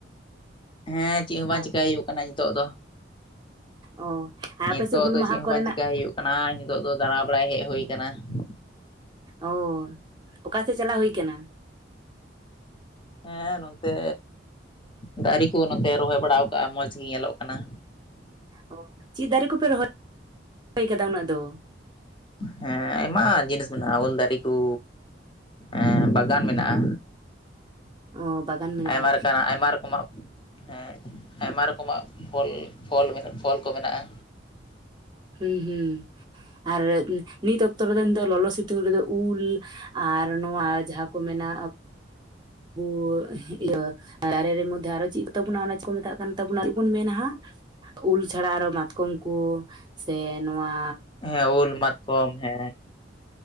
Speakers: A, on the left; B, on the right.
A: ᱦᱮᱸ ᱪᱮᱫ
B: ᱠᱟᱱᱟ
A: ᱦᱚᱸ ᱵᱟᱝ ᱪᱮᱤᱠᱟᱭ ᱟᱭᱩᱜ ᱠᱟᱱᱟ ᱱᱤᱛᱚᱜ ᱫᱚ
B: ᱚ ᱟᱨ
A: ᱱᱤᱛᱚᱜ
B: ᱟᱯᱮ ᱥᱮᱫ ᱦᱩᱞ
A: ᱫᱚ
B: ᱢᱟᱦᱟ
A: ᱪᱮᱫ ᱦᱚᱸ
B: ᱠᱚᱨᱮᱱᱟᱜ
A: ᱵᱟᱝ ᱪᱮᱠᱟᱭ ᱦᱩᱭᱩᱜ ᱠᱟᱱᱟ ᱱᱤᱛᱚᱜ ᱫᱚ ᱫᱟᱬᱟ ᱵᱟᱲᱟᱭ ᱦᱮᱡ ᱦᱩᱭ ᱠᱟᱱᱟ ᱾
B: ᱚ ᱚᱠᱟ ᱥᱮᱫ ᱪᱟᱞᱟᱣ ᱦᱩᱭ ᱠᱟᱱᱟ?
A: ᱦᱮᱸ ᱱᱚᱱᱛᱮ ᱫᱟᱨᱮ ᱠᱚ ᱱᱚᱛᱮ ᱨᱚᱦᱚᱭ ᱵᱟᱲᱟᱣ ᱟᱠᱟᱜ-ᱟ ᱢᱚᱸᱡᱽ ᱜᱮ ᱧᱮᱞᱚᱜ ᱠᱟᱱᱟ
B: ᱚ ᱪᱮᱫ ᱫᱟᱨᱮ ᱠᱚᱯᱮ ᱨᱚᱦᱚᱭ ᱠᱟᱫᱟ ᱩᱱᱟᱹᱜ ᱫᱚ?
A: ᱦᱮᱸ ᱟᱭᱢᱟ ᱡᱤᱱᱤᱥ ᱢᱮᱱᱟᱜ-ᱟ ᱩᱞ ᱫᱟᱨᱤ ᱠᱩ ᱮᱸ ᱵᱟᱜᱟᱱ ᱢᱮᱱᱟᱜ-ᱟ᱾
B: ᱚ ᱵᱟᱜᱟᱱ ᱢᱮᱱᱟᱜᱼᱟ
A: ᱟᱭᱢᱟ ᱞᱮᱠᱟᱱᱟᱜ ᱟᱭᱢᱟ ᱨᱚᱠᱚᱢᱟᱜ ᱦᱮᱸ ᱟᱭᱢᱟ ᱨᱚᱠᱚᱢᱟᱜ ᱯᱚᱞ ᱯᱷᱚᱞ ᱯᱷᱚᱞ ᱠᱚ ᱢᱮᱱᱟᱜ-ᱟ᱾
B: ᱦᱩᱸ ᱦᱩᱸ ᱟᱨ ᱱᱤᱛ ᱚᱠᱛᱚ ᱨᱮᱫᱚ ᱱᱮᱱ ᱫᱚ ᱞᱚᱞᱚ ᱥᱤᱛᱩᱝ ᱨᱮᱫᱚ ᱩᱞ ᱟᱨ ᱱᱚᱣᱟ ᱡᱟᱦᱟᱸ ᱠᱚ ᱢᱮᱱᱟ ᱵᱩ ᱦᱤᱦᱞᱟᱹ ᱫᱟᱨᱮ ᱨᱮ ᱢᱤ ᱫᱷᱟᱨᱮ ᱨᱮ ᱪᱤᱛ ᱛᱟᱵᱩᱱᱟ ᱪᱮᱫ ᱠᱚ ᱢᱮᱛᱟᱜ ᱠᱟᱱ ᱛᱟᱵᱚᱱᱟ ᱟᱨ ᱪᱮᱫ ᱵᱚᱱ ᱢᱮᱱᱟᱦᱟᱜ ᱩᱞ ᱪᱷᱟᱲᱟ ᱟᱨᱚ ᱢᱟᱛᱠᱚᱢ ᱠᱚ ᱥᱮ ᱱᱚᱶᱟ
A: ᱦᱮᱸ ᱩᱞ ᱢᱟᱛᱠᱚᱢ ᱦᱮᱸ